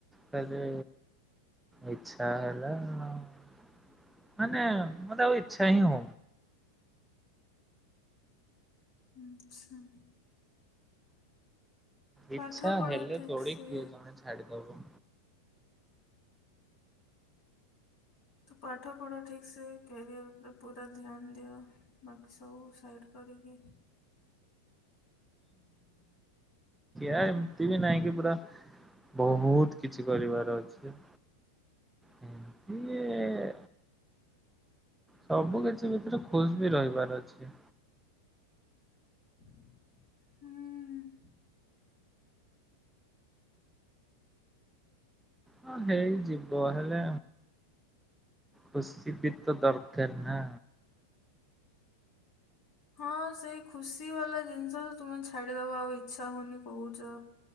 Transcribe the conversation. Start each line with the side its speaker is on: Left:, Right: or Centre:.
Centre: ଖାଲି ଇଚଛା ହେଲା ମାନେ ମତେ ଛଁ ହ।
Left: ଆଚ୍ଛା।
Centre: ଇଚଛା
Left: ପାଠ ପଢ଼
Centre: ହେଲେ
Left: ଠିକ୍
Centre: ତୋଡିିକ
Left: ସେ
Centre: କିଏ ଜଣେ ଛାଡିଦବ।
Left: ତ ପାଠ ପଢ଼ ଠିକ୍ସେ କ୍ୟାରିଅର ଉପରେ ପୁରା ଧ୍ୟାନ ଦିଅ ବାକି ସବୁ ସାଇଡ଼ କରିକି।
Centre: ଆ ଏମତି ବି ନହିଁ କି ପୁରା ବହୁତ କିଛି କରିବାର ଅଛି। ଏମତି ସବୁ କିଛି ଭିତରେ ଖୁସି ବି ରହିବାର ଅଛି।
Left: ହୁଁ।
Centre: ହଁ ହେଇଯିବ ହେଲେ ଖୁସି ବି ତ ଦରକାର ନା।
Left: ହଁ ସେଇ ଖୁସି ବାଲା ଜିନିଷ ତୁମେ ଛାଡିଦବା ଆଉ ଇଚ୍ଛା ହଉନି କହୁଛ